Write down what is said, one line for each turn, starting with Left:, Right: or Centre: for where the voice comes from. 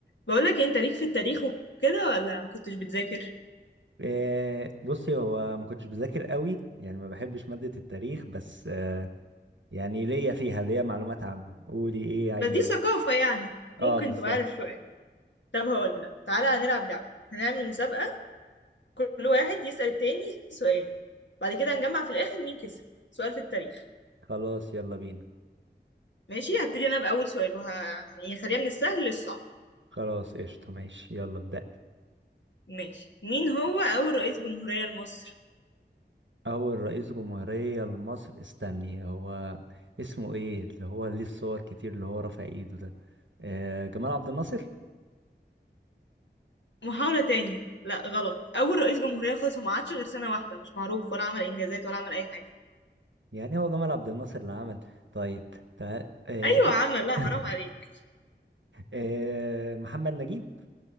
Left: بقولك إيه، انت ليك في التاريخ وكده ولا مكنتش بتذاكر
Right: آه، بصي هو ما كنتش بذاكر قوي يعني ما بحبش مادة التاريخ بس آه، يعني ليا فيها ليا معلومات عامة قولي ايه عايزة
Left: بس دي
Right: ايه
Left: ثقافة يعني
Right: اه
Left: ممكن
Right: بالظبط
Left: تبقى عارف شوية طب هقولك تعالى هنلعب لعبة هنعمل مسابقة كل واحد يسأل التاني سؤال بعد كده هنجمع في الآخر مين كسب سؤال في التاريخ
Right: خلاص يلا بينا
Left: ماشي هبتدي أنا بأول سؤال وه... يعني خليها من السهل للصعب
Right: خلاص قشطة ماشي يلا ابدأ
Left: ماشي مين هو أول رئيس جمهورية لمصر
Right: اول رئيس جمهورية لمصر استني هو اسمه ايه اللي هو ليه الصور كتير اللي هو رافع ايده ده آه، جمال عبد الناصر
Left: محاولة تاني لا غلط أول رئيس جمهورية خالص هو ما عادش غير سنة واحدة مش معروف ولا عمل إنجازات ولا عمل أي حاجة
Right: يعني هو جمال عبد الناصر اللي عمل طيب تعال آه،
Left: أيوة عمل لا
Right: <laughs>
Left: حرام عليك
Right: آه، محمد نجيب